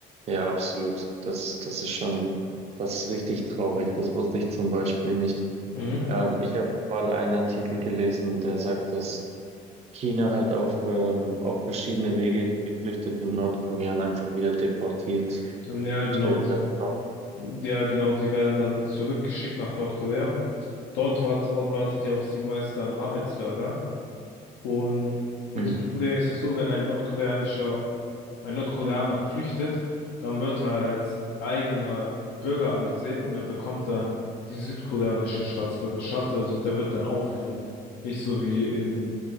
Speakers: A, on the right (about 40°); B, on the left (about 80°).
A: Ja, absolut. Das, das ist schon, das ist richtig traurig. Das wusste ich zum Beispiel nicht.
B: Mhm.
A: Ähm, ich habe mal einen Artikel gelesen, der sagt, dass China halt auf, ähm, auf verschiedene Wege geflüchtete Nordkoreaner einfach wieder deportiert.
B: Ja, genau,
A: Stellt
B: die,
A: das vor.
B: ja, genau, die werden dann zurückgeschickt nach Nordkorea. Dort wart, wartet ja auf sie meist ein Arbeitslager. Und in
A: Mhm.
B: Südkorea ist es so, wenn ein nordkoreanischer Ein Nordkoreaner flüchtet, dann wird er als eigener Bürger angesehen und er bekommt dann die südkoreanische Staatsbürgerschaft, also der wird dann aufgenommen. Nicht so wie in